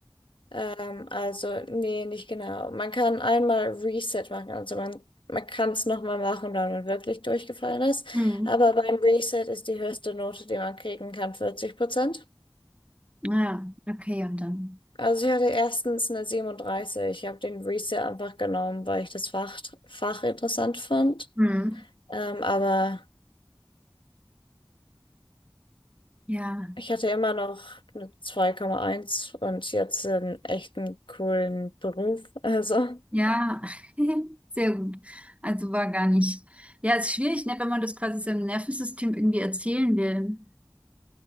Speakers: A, on the left (about 85°); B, on the right (about 15°).
A: Ähm, also, nee, nicht genau. Man kann einmal Reset machen, also man, man kann es nochmal machen, wenn man wirklich durchgefallen ist.
B: Mhm.
A: Aber beim Reset ist die höchste Note, die man kriegen kann, 40%.
B: Ja, okay, und dann.
A: Also ich hatte erstens eine 37. Ich habe den Reset einfach genommen, weil ich das Fach, Fach interessant fand.
B: Mhm.
A: Ähm, aber
B: Ja,
A: ich hatte immer noch eine 2,1 und jetzt einen echten coolen Beruf. Also.
B: ja, <laughs> sehr gut. Also war gar nicht. Ja, ist schwierig, ne, wenn man das quasi seinem Nervensystem irgendwie erzählen will.